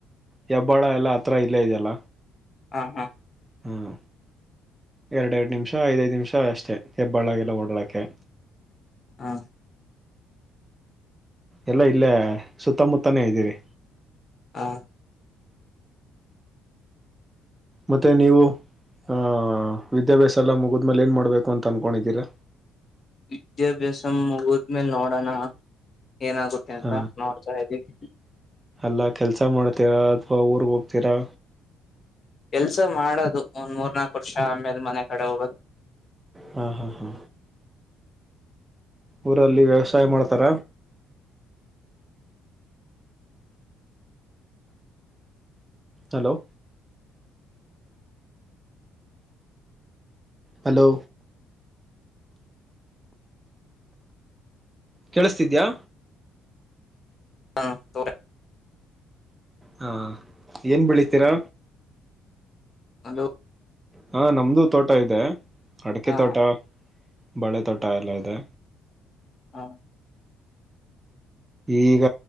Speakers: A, on the right; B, on the left.
A: ಹೆಬ್ಬಾಳ ಎಲ್ಲ ಹತ್ರ ಇಲ್ಲೇ ಇದೆಯಲ್ಲ.
B: ಹಾ ಹಾ.
A: ಹ್ಮ. ಎರಡ್ ಎರಡ್ ನಿಮಿಷ ಐದೈದ್ ನಿಮಿಷ ಅಷ್ಟೇ ಹೆಬ್ಬಾಳಗೆಲ್ಲ ಓಡಾಡೋಕೆ.
B: ಹಾ.
A: ಎಲ್ಲಾ ಇಲ್ಲೇ ಸುತ್ತಮುತ್ತನೇ ಇದ್ದೀವಿ.
B: ಹಾ.
A: ಮತ್ತೆ ನೀವು. ಹ ವಿದ್ಯಾಭ್ಯಾಸ ಎಲ್ಲ ಮುಗುದ್ಮೇಲೆ ಏನ್ ಮಾಡ್ಬೇಕು ಅಂತ ಅನ್ಕೊಂಡಿದ್ದೀರಾ.
B: ವಿದ್ಯಾಭ್ಯಾಸ ಮುಗದ್ಮೇಲೆ ನೋಡೋಣ ಏನಾಗುತ್ತೆ ಅಂತ
A: ಹಾ
B: ನೋಡ್ತಾ ಇದೀವಿ
A: ಅಲ್ಲ ಕೆಲ್ಸ ಮಾಡ್ತೀರಾ ಅಥ್ವಾ ಊರ್ಗ ಹೋಗ್ತೀರಾ
B: ಕೆಲ್ಸ ಮಾಡೋದು ಒಂದ್ ಮೂರ್ ನಾಕ್ ವರ್ಷ ಆದ ಮೇಲೆ ಮನೆ ಕಡೆ ಹೋಗೋದು
A: ಹಾ ಹಾ ಹಾ ಊರಲ್ಲಿ ವ್ಯವಸಾಯ ಮಾಡ್ತಾರ ಹಲೋ ಹಲೋ ಕೇಳುಸತ್ತಿದ್ದೀಯಾ
B: ಹಾ ತೋ
A: ಹಾ ಹಾ ಏನ್ ಬೆಳಿತೀರಾ
B: ಹಲೋ
A: ಹಾ ನಮ್ದು ತೋಟ ಇದೆ ಅಡಕೆ
B: ಹ
A: ತೋಟ ಬಾಳೆ ತೋಟ ಎಲ್ಲ ಇದೆ
B: ಹಾ
A: ಈಗ